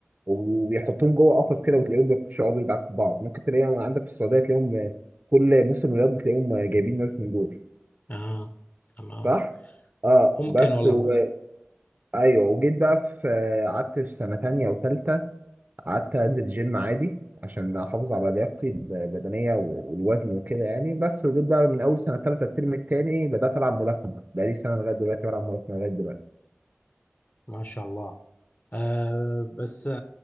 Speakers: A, on the right; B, on the left.
A: وبيحطوهم جوه قفص كده وتلاقيهم بيخشوا يقعدوا يدعكوا في بعض ممكن تلاقيهم عندك في السعوديه تلاقيهم آه، كل موسم رياض بتلاقيهم آه، جايبين ناس من دول
B: اه آه. تمام
A: صح؟ اه
B: ممكن
A: بس
B: والله
A: و...
B: ما,
A: ايوه وجيت بقى في آه، قعدت في سنه تانية وتالتة قعدت انزل جيم عادي عشان احافظ على لياقتي البدنيه والوزن وكده يعني بس وجيت بقى من اول سنه ثالثه الترم الثاني بدات العب ملاكمه بقالي سنه لغايه دلوقتي بلعب ملاكمه لغايه دلوقتي
B: ما شاء الله آه بس آه